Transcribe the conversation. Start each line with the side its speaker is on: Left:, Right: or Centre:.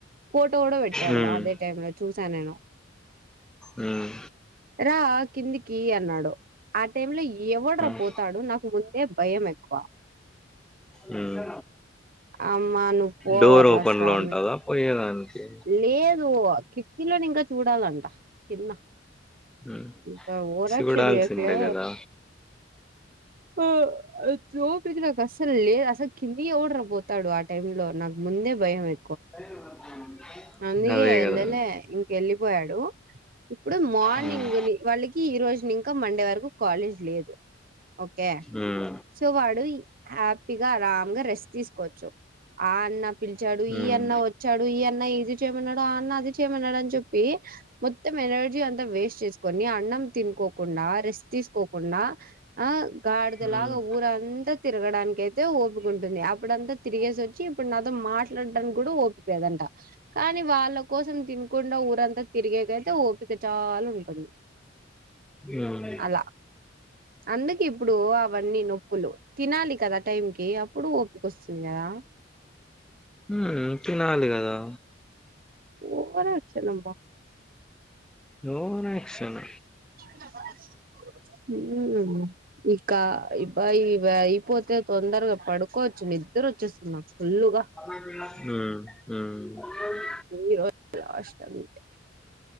Right: ఫోటో గూడా బెట్టాడు
Centre: మ్మ్
Right: అదే టైం లో చూసా నేను
Centre: మ్మ్
Right: రా కిందికీ అన్నాడు ఆ టైము లో ఎవడ్రా
Centre: మ్మ్
Right: పోతాడు నాకు ముందే భయం మేక్కువ
Centre: మ్మ్.
Right: అమ్మా నువ్ పో
Centre: డోర్
Right: అబ్బా
Centre: ఓపెన్
Right: స్వామి
Centre: లో ఉంటదా పోయేదానికి
Right: లేదు కిటికిలోని ఇంక చూడాలంట కింద
Centre: మ్మ్
Right: ఇంకా ఓవరాక్షన్
Centre: చూడాల్సిండే
Right: జేయకులే
Centre: కదా
Right: ఆ వోపిక నాకు అసలు లేదు అసలు కింది ఎవడ్రా పోతాడు ఆ టైమ్ లో నా ముందే భయం ఎ
Centre: <inaudible>
Right: అందుకే
Centre: అదే
Right: ఎళ్లలే
Centre: కదా
Right: ఇంకెళ్ళిపోయాడు ఇప్పుడు మార్నింగ్
Centre: హ్మ్
Right: ని వాళ్ళకి ఈ రోజు నింకా మండే వరకు కాలేజ్ లేదు ఓకే
Centre: ఉమ్
Right: సో వాడు ఇ హ్యాపీగా ఆరాంగ రెస్ట్ తీసుకోవచ్చు ఆ అన్న పిలిచాడు
Centre: హ్మ్
Right: ఈ అన్న వచ్చాడు ఈ అన్న ఇది చేయమన్నాడు ఆ అన్న అది చేయమన్నాడు అని చెప్ ప్పి మొత్తం ఎనర్జీ అంతా వేస్ట్ చేసుకోని మీ అన్నం తినుకోకుండా రెస్ట్ తీసుకోకుండా ఆ గాడిదలాగా
Centre: హ్మ్
Right: ఊరంత తిరగడానికి అయితే ఓపుకుంటుంది అప్పుడంత తిరిగేసి వచ్చి ఇప్పుడు నాతో మాట్లాడానికి గూడ ఓపికలేదంట కానీ వాళ్ళ కోసం తినకుండా ఊరంతా తిరిగేకైతే ఓపిక చాలా ఉంటుంది
Centre: ఉమ్
Right: అలా అందుకు ఇప్పుడు అవన్నీ నొప్పులు తినాలి కదా టైం కి అప్పుడు ఓపిక వస్తుంది గదా
Centre: ఉమ్ హు తినాలి గదా
Right: ఓవరాక్షన్ అబ్బా
Centre: ఓవరాక్షన్
Right: <inaudible> ఇకా ఇబ ఇ వయిపోతే తొందరగా పడుకోవచ్చు నిద నిద్దరోచ్చే స్తుంది నాకు ఫుల్లుగా
Centre: ఉమ్ ఉమ్
Right: ఈ రోజు లాస్ట్ అంతే